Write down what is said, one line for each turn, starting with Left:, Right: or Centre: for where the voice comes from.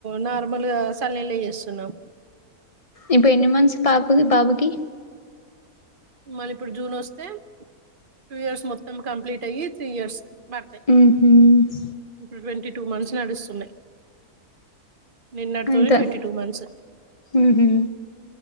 Right: నార్ మలుగా చల్నిలే చేస్తున్నాం
Left: ఇప్పు ఎన్ని మనసు పాప బది బాబుకి
Right: మళ ఇప్పుడు జూన్ వస్తే టూ ఇయర్స్ మొత్తం కంప్లీట్ అయి త్రీ ఇయర్స్ పడతాయి
Left: హ్మ్మ్
Right: ఇప్పుడు ట్వంటీ టూ మంత్స్ నడుస్తున్నాయి నిన్నడుతోటి
Left: అయితే
Right: ట్వంటీ టూ మంత్స్
Left: ఉహు